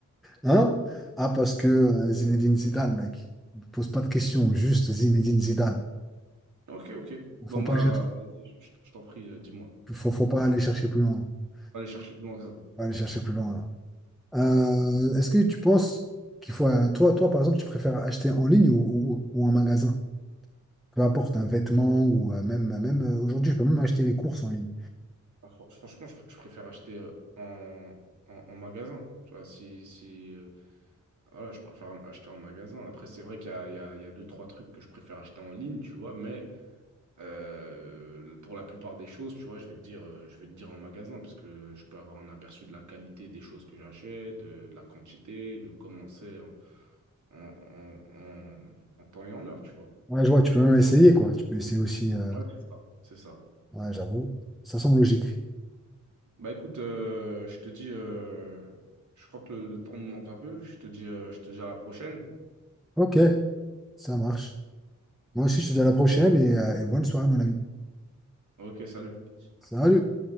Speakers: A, in the centre; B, on the right.
A: Hein? Ah, parce que euh, Zinedine Zidane, mec. Ne pose pas de questions, juste Zinedine Zidane.
B: Ok, ok.
A: Faut
B: Bon,
A: pas
B: bah,
A: chercher-
B: je, je t'en prie, euh, dis-moi.
A: faut, faut
B: Faut
A: pas
B: pas
A: aller chercher plus loin. Faut
B: Aller chercher plus loin que ça.
A: Pas aller chercher plus loin. Euh, est-ce que tu penses qu'il faut, euh, toi, toi, par exemple, tu préfères acheter en ligne ou, ou, ou en magasin? Peu importe, un vêtement ou euh, même, même euh, aujourd'hui, je peux même acheter les courses en ligne.
B: Bah, fran- Franchement, je, je préfère acheter euh, en, en, en magasin. Tu vois, si, si, euh, voilà, je préfère acheter en magasin. Après, c'est vrai qu'il y a, il y a, il y a deux, trois trucs que je préfère acheter en ligne, tu vois, mais Euh, pour la plupart des choses, tu vois, je vais te dire, euh, je vais te dire en magasin parce que je peux avoir un aperçu de la qualité des choses que j'achète, euh, de la quantité, de comment c'est en, en- en- en- en temps et en heure, tu vois.
A: Ouais, je vois, tu peux même essayer, quoi. Tu peux essayer aussi. euh,
B: Ouais, c'est ça. C'est ça.
A: Ouais, j'avoue, ça semble logique.
B: Bah écoute, euh, je te dis, euh, je crois que le, le temps me manque un peu. Je te dis, euh, je te dis à la prochaine.
A: Ok, ça marche. Moi aussi, je te dis à la prochaine et, euh, et bonne soirée, mon ami.
B: Ok, salut.
A: Salut!